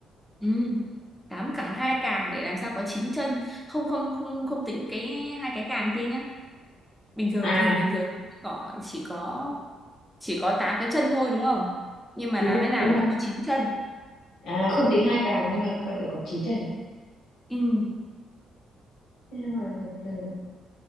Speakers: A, in the centre; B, on the left (about 80°).
A: ừ tám cẳng hai càng để làm sao có chín chân không không không không tính cái hai cái càng kia nhá bình thường
B: À,
A: thì bình thường có chỉ có chỉ có tám cái chân thôi đúng không nhưng mà
B: đúng
A: làm
B: rồi,
A: thế nào
B: đúng
A: để
B: rồi.
A: nó có chín chân
B: À không tính hai càng nhưng mà vẫn phải có 9 chân à?
A: ừ
B: Thế nào, ừ,